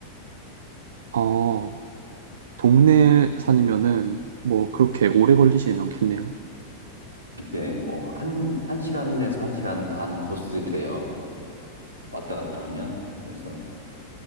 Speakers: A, on the right; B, on the right.
A: 아, 동네 산이면은 뭐 그렇게 오래 걸리진 않겠네요.
B: 네, 뭐 한, 한 시간에서 한 시간 반 코스 돼요. 왔다 갔다 하면. 그래서